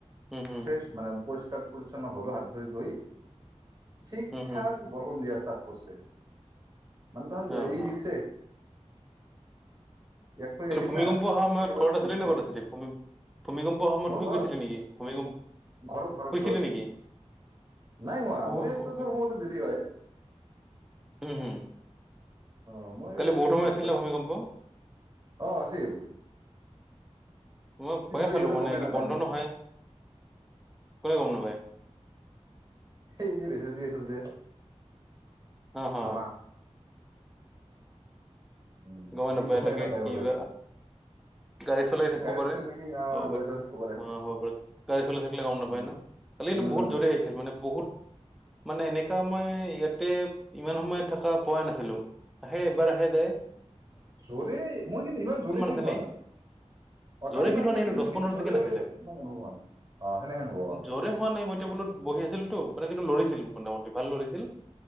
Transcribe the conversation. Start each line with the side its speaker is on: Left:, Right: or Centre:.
Centre: উম হুম
Right: ফেচ মানে পৰিষ্কাৰ কৰি ন হ'লো হাত ভৰি ধুই ঠিক
Centre: উম হুম
Right: ঠাক বৰষুণ দি আছে তাত কৰিছে মানে
Centre: অ হ
Right: <unintelligible> ইয়াক থৈ
Centre: অ
Right: আহিল
Centre: ভূমিকম্প
Right: না
Centre: অহা সময়ত
Right: থৈ আহোঁতে
Centre: ঘৰত
Right: ই
Centre: আছিলি
Right: জিকিছে
Centre: নে কত আছিলি ভূমিকম্প সময়ত
Right: মই
Centre: শুই
Right: ঘৰত
Centre: গৈছিলি নেকি ভূমিকম্প
Right: ঘৰত ঘৰত
Centre: শুইছিলি
Right: ঘৰত
Centre: নেকি
Right: নাই হোৱা
Centre: শু
Right: মইটো
Centre: শু
Right: ধৰ সমতে দৰি হয়
Centre: উম হুম
Right: আহ মই
Centre: কালি বহুত সময়
Right: চব
Centre: আছিল
Right: দেখাম
Centre: ন ভূমিকম্প
Right: অ আছিল
Centre: মই ভয়ে
Right: ইফালে
Centre: খালো
Right: ইহঁতে
Centre: মানে
Right: গমেই
Centre: কি
Right: নাপায়
Centre: বন্ধ নহয় কোনে গম নাপাই
Right: এই যে মেছেজ দি আছিল যে
Centre: হ হ
Right: হামা উম
Centre: গম
Right: সি
Centre: নাপায়
Right: গমেই
Centre: তাকে ক
Right: বোধহয়
Centre: বা গাড়ী চলাই থাকিব
Right: গাড়ীত
Centre: পাৰে
Right: আছিল নেকি অ
Centre: হ'ব
Right: গাড়ী
Centre: বাৰ
Right: চলাই থাকিব পাৰে
Centre: অ হ'ব পাৰে গাড়ী চলাই থাকিলে গম
Right: উম
Centre: নাপায় ন তালি কিন্তু
Right: উম
Centre: বহুত জৰে আহিছিলে মানে বহুত মানে এনেকা মই ইয়াতে ইমান সময় থকা পোৱা নাছিলো আহে এবাৰ আহে যাই
Right: জৰে মই কিন্তু ইমান জৰে ফিল
Centre: আছিলে
Right: হোৱা নাই অ
Centre: জোৰে
Right: টাইম
Centre: ফিল
Right: আছিল
Centre: হোৱা নাই
Right: কিন্তু
Centre: দহ
Right: বেছি
Centre: পোন্ধৰ
Right: জৰে
Centre: ছেকেণ্ড আছিলে
Right: ইমান অনুভৱ হোৱা নাই অ সেনেহেন হ'ব অ
Centre: জোৰে হোৱা নাই মই টেবুলত বহি আছিলতো মানে কিন্তু লৰিছিল মোটামুটি ভাল লৰিছিল